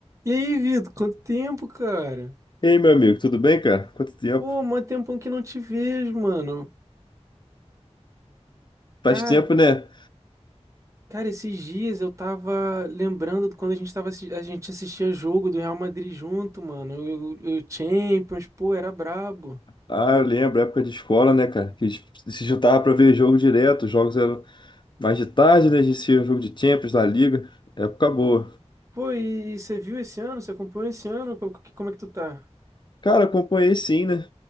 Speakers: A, on the right (about 25°); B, on the left (about 45°).
A: E aí, Vitor, quanto tempo, cara?
B: Ei, meu amigo, tudo bem, cara? Quanto tempo?
A: Pô, mó tempão que não te vejo, mano.
B: Faz
A: Cara,
B: tempo, né?
A: cara, esses dias eu tava lembrando de quando a gente tava, assi- a gente assistia jogo do Real Madrid junto, mano. O o Champions, pô, era brabo.
B: Ah, eu lembro, época de escola, né, cara? Que a gente se juntava pra ver jogo direto, os jogos eram mais de tarde, né? A gente tinha jogo de Champions da Liga, época boa.
A: Pô, e você viu esse ano? Você acompanhou esse ano? Como, que- como é que tu tá?
B: Cara, acompanhei sim, né?